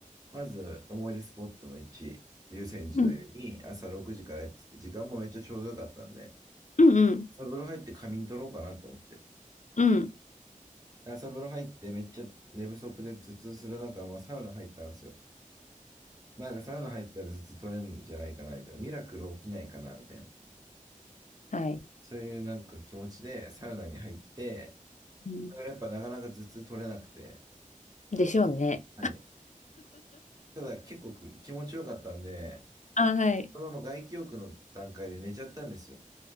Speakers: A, on the right; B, on the left.
A: まず思い出スポットの1、竜泉寺の湯に朝6時からやってて、
B: うん。うん。
A: 時間もめっちゃちょうどよかったんで、
B: うん。うん。
A: 朝風呂入って仮眠取ろうかなと思って。
B: うん
A: 朝風呂入ってめっちゃ寝不足で頭痛する中、まあ、サウナ入ったんですよ。なんかサウナ入ったら頭痛取れるんじゃないかなみたいな。ミラクル起きないかなみたいな。
B: はい。
A: そういうなんか気持ちでサウナに入って、
B: うん。
A: やっぱなかなか頭痛取れなくて、
B: でしょうね。
A: はい。ただ結構気持ちよかったんで、
B: あ、はい。
A: そのまま外気浴の段階で寝ちゃったんですよ。